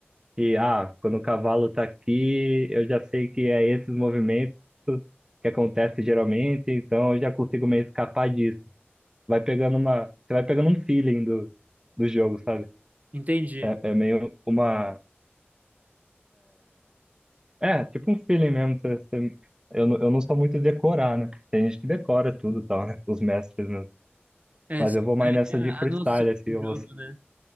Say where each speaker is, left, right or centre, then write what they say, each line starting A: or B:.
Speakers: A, on the right; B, on the right.
A: que, ah, quando o cavalo está aqui, eu já sei que é esses movimentos que acontece geralmente, então eu já consigo meio escapar disso. Vai pegando uma, você vai pegando um feeling do, do jogo, sabe?
B: Entendi.
A: É, é meio uma, é, tipo um feeling mesmo, você, você- eu, não- eu não sou muito de decorar, né? Tem gente que decora tudo, e tal, né? <laughs> Os mestres, né?
B: É,
A: Mas
B: você
A: eu vou mais nessa
B: tem
A: de
B: a
A: freestyle,
B: noção
A: assim,
B: do
A: eu
B: jogo,
A: vou,
B: né?